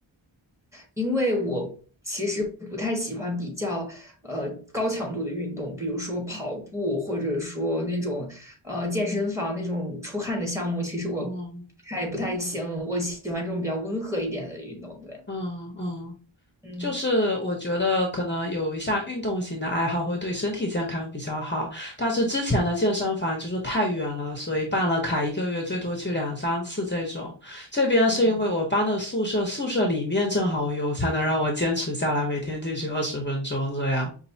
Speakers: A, in the centre; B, on the left.
A: 因为我其实不太喜欢比较呃高强度的运动，比如说跑步或者说那种呃健身房那种出汗的项目，其实我
B: 嗯
A: 还不太行。我喜欢这种比较温和一点的运动。对，
B: 嗯嗯。
A: 嗯
B: 就是我觉得可能有一项运动型的爱好会对身体健康比较好，但是之前的健身房就是太远了，所以办了卡一个月最多去两三次这种。这边是因为我搬的宿舍，
A: 嗯，
B: 宿舍里面正好有，才能让我坚持下来，每天进去二十分钟这样。